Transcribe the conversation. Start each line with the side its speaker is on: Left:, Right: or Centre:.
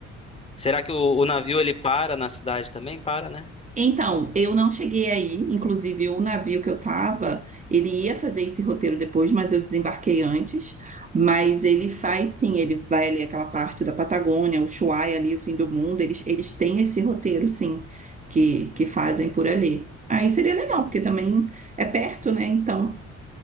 Left: Será que o, o navio ele para na cidade também? Para, né?
Right: Então, eu não cheguei aí, inclusive o navio que eu estava, ele ia fazer esse roteiro depois, mas eu desembarquei antes. Mas ele faz sim, ele vai ali aquela parte da Patagônia, o Ushuaia ali, o fim do mundo, eles, eles têm esse roteiro sim, que, que fazem por ali. Aí seria legal, porque também é perto, né? Então,